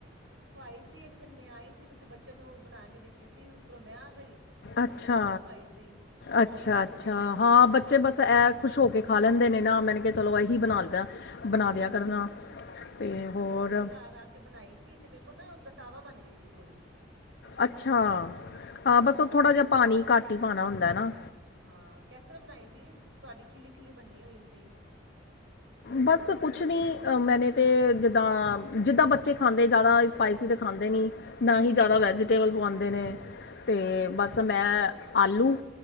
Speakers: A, on the right (about 80°); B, on the left (about 55°).
A: ਖਵਾਈ ਸੀ, ਇੱਕ ਦਿਨ ਮੈਂ ਆਈ ਸੀ ਬੱਚੇ ਨੂੰ ਬਣਾ ਕੇ ਦਿੱਤੀ ਸੀ, ਉੱਪਰੋ ਮੈਂ ਆ ਗਈ। ਫਿਰ ਤੁਸੀਂ
B: ਅੱਛਾ,
A: ਮੈਨੂੰ ਵੀ ਖਵਾਈ ਸੀ
B: ਅੱਛਾ-ਅੱਛਾ ਹਾਂ ਬੱਚੇ
A: ਤੇ
B: ਬਸ ਐ ਖੁਸ਼ ਹੋ ਕੇ ਖਾ ਲੈਂਦੇ ਨੇ। ਨਾ ਮੰਨ ਕੇ ਚਲੋ ਇਹੀ ਬਣਾ ਲਈ ਦਾ ਬਣਾ ਦਿਆਂ ਕਰਨਾ। ਅਤੇ
A: ਹਾਂਜੀ,
B: ਹੋਰ
A: ਮੈਂ ਘਰ ਆ ਕੇ ਬਣਾਈ ਸੀ, ਤੇ ਮੇਰੇ ਕੋਲ ਨਾ ਗਤਾਵਾ ਬਣ ਗਈ ਸੀ ਥੋੜੀ।
B: ਅੱਛਾ, ਹਾਂ ਬਸ ਉਹ ਥੋੜ੍ਹਾ ਜਿਹਾ ਪਾਣੀ ਘੱਟ ਹੀ ਪਾਉਣਾ ਹੁੰਦਾ ਹੈ ਨਾ
A: ਹਾਂ, ਕਿਸ ਤਰ੍ਹਾਂ ਬਣਾਈ ਸੀਗੇ? ਤੁਹਾਡੀ ਖਿੱਲੀ-ਖਿੱਲੀ ਬੰਨੀ ਹੋਈ ਸੀ।
B: ਬਸ ਕੁਛ ਨਹੀਂ, ਮੈਨੇ ਤਾਂ ਜਿੱਦਾਂ-ਜਿੱਦਾਂ ਬੱਚੇ ਖਾਂਦੇ ਜ਼ਿਆਦਾ ਸਪਾਈਸੀ ਤਾਂ ਖਾਂਦੇ ਨੀਂ ਨਾ ਹੀ ਜ਼ਿਆਦਾ ਵੈਜੀਟੇਬਲ ਪਵਾਉਂਦੇ ਨੇ, ਤੇ ਬਸ ਮੈਂ ਆਲੂ